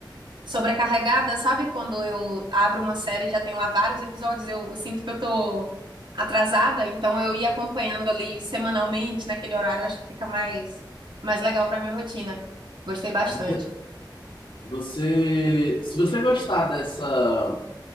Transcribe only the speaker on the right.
sobrecarregada, sabe? Quando eu abro uma série e já tem lá vários episódios, eu sinto que eu tô atrasada, então eu ia acompanhando ali semanalmente naquele horário, eu acho que fica mais mais legal pra minha rotina. Gostei bastante.